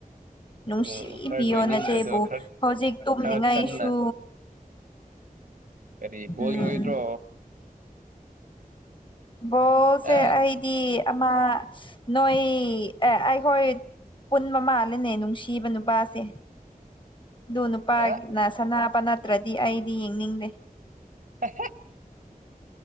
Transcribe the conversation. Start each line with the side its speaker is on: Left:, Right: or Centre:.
Left: ꯅꯨꯡꯁꯤꯕꯤꯌꯣ
Right: ꯎꯝ ꯈꯔ ꯂꯣꯏꯅꯤꯡꯕꯗꯣ
Left: ꯅꯆꯦꯕꯨ
Right: ꯈꯔ
Left: ꯍꯧꯖꯤꯛ ꯇꯨꯝꯅꯤꯡꯉꯥꯏꯁꯨ
Right: ꯈꯔ ꯀꯟꯅ ꯀꯔꯤ ꯕꯗꯤ
Left: ꯎꯝ
Right: ꯑꯣꯏꯗ꯭ꯔꯣ
Left: ꯕꯣꯜꯁꯦ
Right: ꯑ
Left: ꯑꯩꯗꯤ ꯑꯃ ꯅꯣꯏ ꯑꯩꯍꯣꯏ ꯄꯨꯟ ꯃ ꯃꯥꯥꯂꯅꯦ ꯅꯨꯡꯁꯤꯕ ꯅꯨꯄꯥꯁꯦ
Right: <inaudible>
Left: ꯑꯗꯨ ꯅꯨꯄꯥꯅ
Right: ꯑ
Left: ꯁꯅꯥꯕ ꯅꯠꯇ꯭ꯔꯗꯤ ꯑꯩꯗꯤ ꯌꯦꯡꯅꯤꯡꯗꯦ
Right: ꯍ